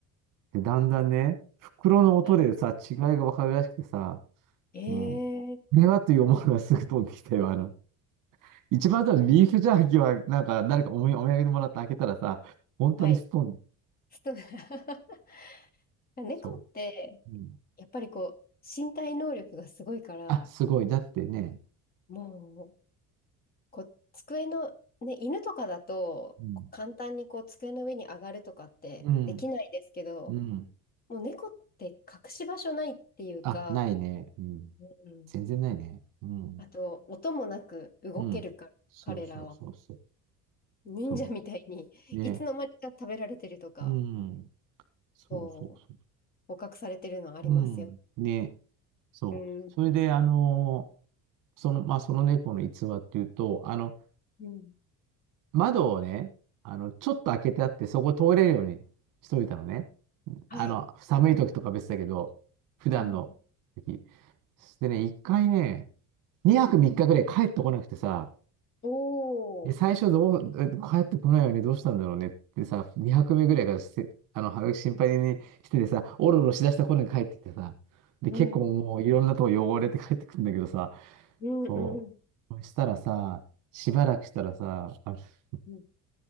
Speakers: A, on the right (about 60°); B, on the left (about 25°).
A: て。だんだんね、袋の音でさ、
B: はい
A: 違いがわかるらしくてさ、
B: ええ
A: うん。これはという思いはすぐ飛んできたよ、あの。一番多分ビーフジャーキーは、なんか誰かおみお土産でもらって開けたらさ、本当にストン
B: はい。スト <laughs> 猫って、
A: そう。うん。
B: やっぱりこう、身体能力がすごいから、
A: あ、すごい。だってね。
B: もう、こう、机の、ね、犬とかだと、
A: うん。
B: こう簡単にこう、机の上に上がるとかってできないですけど、
A: うん。うん。
B: もう猫って隠し場所ないっていうか、
A: あ、ないね。うん。
B: うん。
A: 全然ないね。うん。
B: あと、音もなく動けるから、
A: うん。そうそうそうそう。
B: 彼らは。忍者みたいに、
A: そう。ね。
B: いつの間にか食べられてるとか、
A: うん。そうそうそ
B: こう、捕獲されてるのありますよ。
A: う。うん。ね。そう。
B: うん。
A: それで、あのーその、まあ、その猫の逸話っていうと、あの、
B: うん。
A: 窓をね、あの、ちょっと開けてあって、そこ通れるようにしといたのね。
B: はい。
A: あの、寒い時とか別だけど、普段の時。
B: うん。
A: でね、一回ね、2泊3日ぐらい帰ってこなくてさ、
B: おー。
A: で、最初どう、え帰ってこないよね、どうしたんだろうねってさ、2泊目ぐらいからして、あの、心配にしててさ、おろおろしだした頃に帰ってきてさ、で、
B: うん。
A: 結構もういろんなとこ汚れて帰ってくるんだけどさ、
B: うんうん。
A: そう。そしたらさ、しばらくしたらさ、あの
B: うん。